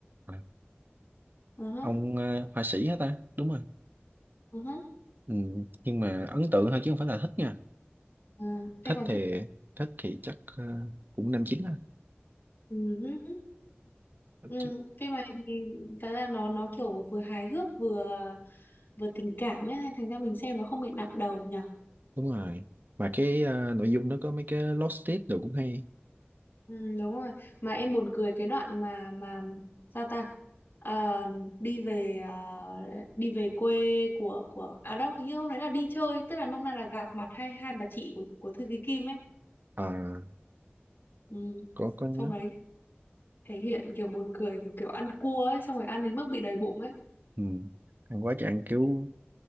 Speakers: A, on the right; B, on the left.
A: À,
B: ờ hả
A: ông ờ, họa sĩ hả ta đúng rồi
B: ờ hả
A: ừ. nhưng mà ấn tượng thôi chứ không phải là thích nha
B: ờ thế
A: thích
B: còn
A: thì
B: thích
A: thích thì chắc ờ, cũng năm chín á
B: ừ hứ. Ừ,
A: Chứ-
B: phim này thì thật ra nó nó kiểu vừa hài hước vừa vừa tình cảm ấy thành ra mình xem nó không bị nặng đầu nhở
A: đúng rồi mà cái ờ, nội dung nó có mấy cái lost tip đồ cũng hay
B: Ừ, đúng rồi mà em buồn cười cái đoạn mà mà sao ta Ờ, đi về ờ, đi về quê của của à đâu hình như hôm đấy là đi chơi tức là hôm nay là gặp mặt hai hai bà chị của của thư ký Kim ấy
A: à
B: ừ.
A: có có nhớ
B: hôm đấy thể hiện kiểu buồn cười kiểu kiểu ăn cua ấy xong rồi ăn đến mức bị đầy bụng ấy
A: ừ. ăn quá trời ăn kiểu